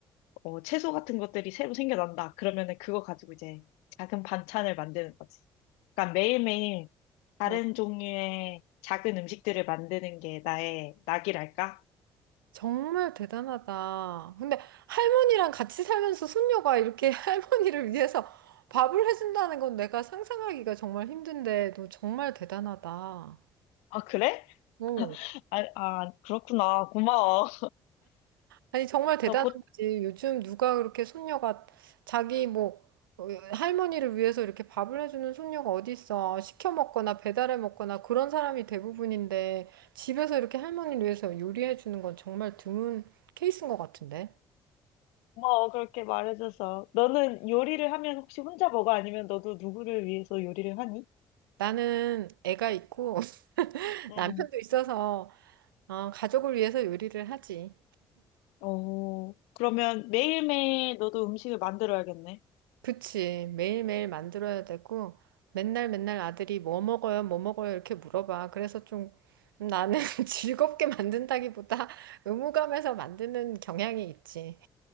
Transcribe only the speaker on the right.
어,
정말 대단하다. 근데 할머니랑 같이 살면서 손녀가 이렇게 <laughs> 할머니를 위해서 밥을 해준다는 건 내가 상상하기가 정말 힘든데 너 정말 대단하다.
오,
아니 정말 대단한
거지. 요즘 누가 그렇게 손녀가 자기 뭐 어, 할머니를 위해서 이렇게 밥을 해주는 손녀가 어디 있어? 시켜 먹거나 배달해 먹거나 그런 사람이 대부분인데 집에서 이렇게 할머니를 위해서 요리해 주는 건 정말 드문 케이스인 것 같은데.
나는 애가 있고 <laughs>
남편도 있어서 어, 가족을 위해서 요리를 하지.
그치. 매일매일 만들어야 되고, 맨날 맨날 아들이 뭐 먹어요, 뭐 먹어요, 이렇게 물어봐. 그래서 좀 나는 <laughs> 즐겁게 만든다기보다 의무감에서 만드는 경향이 있지.